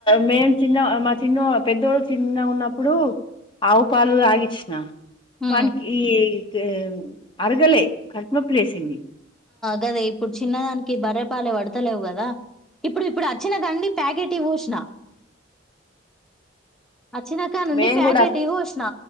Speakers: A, on the left; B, in the centre.
A: మేం చిన్న మా చిన్న పెద్దోళు చిన్న ఉన్నప్పుడు ఆవు పాలు ఆగిచ్చిన
B: హ్మ్
A: పన్కి ఈ జేం అరుగలే కడ్ప్నొ ప్లేసేది
B: గదా ఇప్పుడు చిన్నదానికి బర్రెపాలే వడ్తలేవు కదా ఇప్పుడు ఇప్పుడు వచ్చినదండి ప్యాకెట్ ఇవసిన అచ్చినాక నుండి
A: మేము
B: ప్యాకెట్
A: కూడా
B: ఇవ వచ్చినా